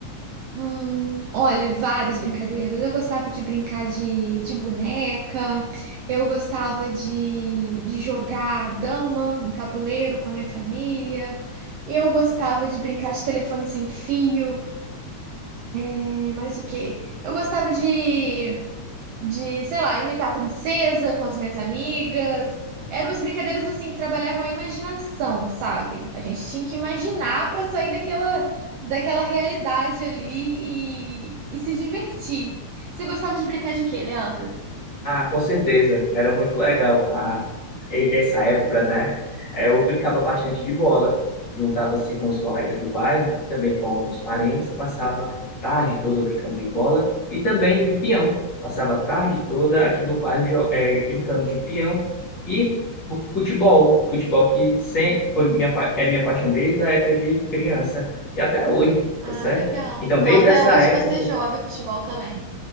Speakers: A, on the right; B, on the left.
A: Hum, olha, várias brincadeiras. Eu gostava de brincar de, de boneca, eu gostava de, de jogar dama em tabuleiro com a minha família, eu gostava de brincar de telefone sem fio, e mais o quê? Eu gostava de de, sei lá, imitar a princesa com as minhas amigas. Eram umas brincadeiras assim que trabalhavam a imaginação, sabe? A gente tinha que imaginar para sair daquela, daquela realidade ali e, e se divertir. Você gostava de brincar de quê, Leandro?
B: Ah, com certeza, era muito legal. Ah, e- essa época, né? eh, Eu brincava bastante de bola, juntava-se com os colegas do bairro, também com os parentes, passava a tarde toda brincando de bola e também de peão. Passava a tarde toda aqui no bairro jo- eh, brincando de peão e fu- futebol, futebol que sem, foi minha, pa- é minha paixão desde a época de criança e até hoje,
A: Ah,
B: tá certo?
A: legal.
B: Então,
A: Então
B: desde
A: até
B: essa
A: hoje
B: época
A: você joga futebol também.